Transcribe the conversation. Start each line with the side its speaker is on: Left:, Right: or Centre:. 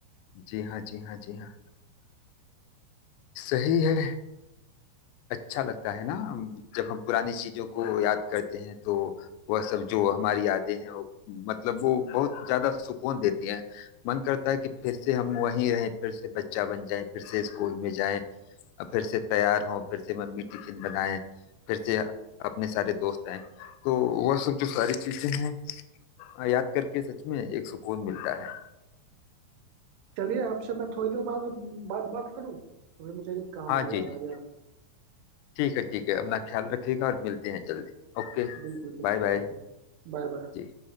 Left: जी हाँ, जी हाँ, जी हाँ। सही है। अच्छा लगता है ना जब हम पुरानी चीज़ों को याद करते हैं तो वह सब जो हमारी यादें हैं वो मतलब वो बहुत ज़्यादा सुकून देती हैं। मन करता है कि फिर से हम वहीं रहें, फिर से बच्चा बन जाएँ, फिर से स्कूल में जाएँ, अब फिर से तैयार हों फिर से मम्मी टिफिन बनाएं फिर से अपने सारे दोस्त आए तो वह सब जो सारी चीजें हैं अ, याद करके सच में एक सुकून मिलता है
Right: चलिए आपसे मैं थोड़ी देर बाद बाद बात करूं अभी मुझे एक काम
Left: हाँ
Right: आ
Left: जी
Right: याद
Left: जी
Right: आ गया
Left: ठीक है ठीक है अपना ख्याल रखिएगा और मिलते हैं जल्दी ओके
Right: बिल्कुल बिल्कुल
Left: Bye bye
Right: बिल्कुल Bye bye
Left: जी